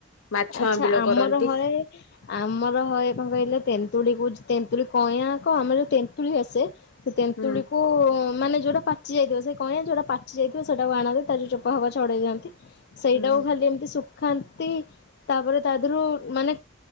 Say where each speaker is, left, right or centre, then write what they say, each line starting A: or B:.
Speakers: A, on the left; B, on the left.
A: ମାଛ
B: ଆଛା
A: ଆମ୍ବିଳ
B: ଆମର
A: କରନ୍ତି
B: ହଏ ଆମର ହଏ କଣ କହିଲେ ତେନ୍ତୁଳି କ ତେନ୍ତୁରି କଇଁୟା କ ଆମରଉ ତେନ୍ତୁଳି ଆସେ। ସେ ତେନ୍ତୁଳିକୁ
A: ହୁଁ
B: ମାନେ ଯୋଉଟା ପାଚି ଯାଇଥିବ ସେ କହଆ ଯେଉଟା ପାିାଇଥିବ ସେଇାକୁ ଆଣନ୍ତି ତା ଯେଉ ଚୋପାବା ଛଡ଼େଇ ଦଅନ୍ତି। ସେଇଟା
A: ହୁଁ ହୁଁ
B: କୁ ଖାଲି ଏମିତି ସୁଖ ଖାନ୍ତି। ତାପରେ ତା ଦେହରୁ ମାନେ